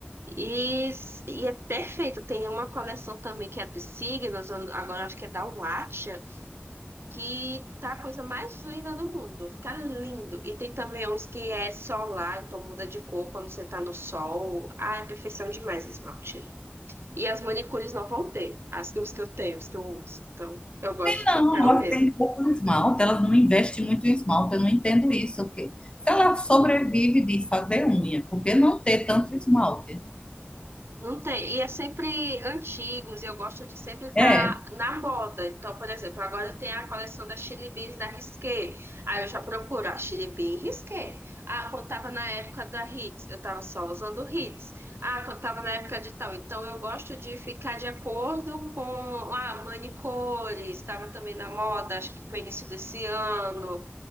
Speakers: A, on the right; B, on the left.
A: E, e é perfeito. Tem uma coleção também que é dos signos, agora acho que é da Watcha, que tá a coisa mais linda do mundo. Fica lindo. E tem também uns que é solar, então muda de cor quando você tá no sol. Ah, é perfeição demais esse esmalte. E as manicures não vão ter, as, os que eu tenho, os que eu uso. Então, eu gosto de
B: Não,
A: pintar eu
B: elas
A: mesmo.
B: têm pouco esmalte, elas não investem muito em esmalte, eu não entendo isso. o quê? Se ela sobrevive de fazer unha, por que não ter tanto esmalte?
A: Não tem, e é sempre antigos, e eu gosto de sempre estar
B: É,
A: na moda. Então, por exemplo, agora tem a coleção da Chili Beans da Risqué. Aí eu já procuro a Chili Bean Risqué. Ah, quando tava na época da Hits, eu tava só usando Hits. Ah, quando tava na época de tal. Então, eu gosto de ficar de acordo com, ah, manicores, estava também na moda, acho que foi início desse ano.